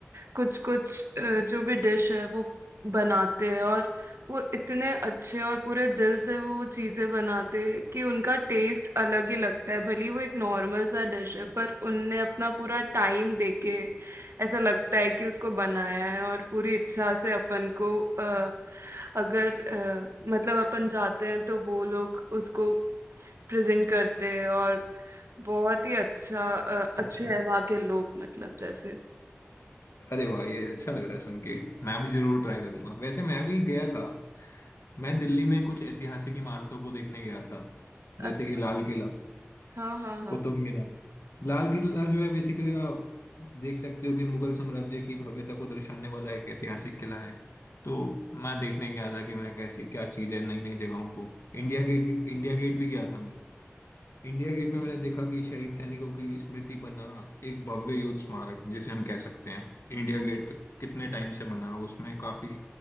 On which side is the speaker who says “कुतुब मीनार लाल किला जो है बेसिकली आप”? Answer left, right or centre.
Left